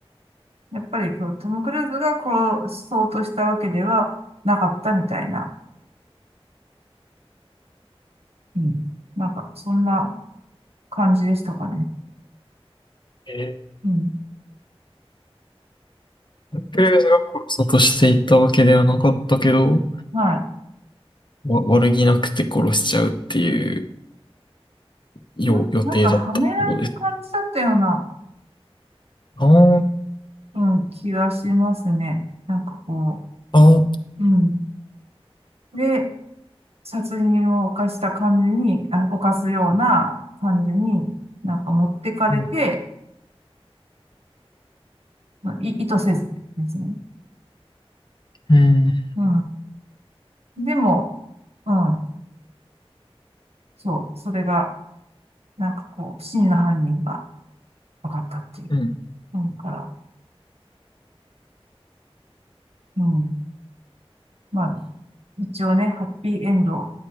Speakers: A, on the right; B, on the left.
A: やっぱりこうトム・クルーズが殺そうとしたわけではなかったみたいな。うん。なんか、そんな感じでしたかね。
B: え
A: うん。
B: ー、クレーズが殺そうとしていたわけではなかったけど、
A: は
B: わ、悪気なくて殺しちゃうっていうよ予定だったってことです。
A: い。な、なんか、はめられる感じだったような、
B: ああ、
A: うん、気がしますね。なんかこ
B: ああ、
A: う、うん。で、殺人を犯した感じに、あ、犯すような感じに、なんか持ってかれて、
B: うん、
A: まあい、意図せずですね。
B: うん、
A: うん。でも、うん。そう。それが、なんかこう、真の犯人が、分かったっていう。
B: うん、うん、
A: なんから、うん。まあ、一応ね、ハッピーエンド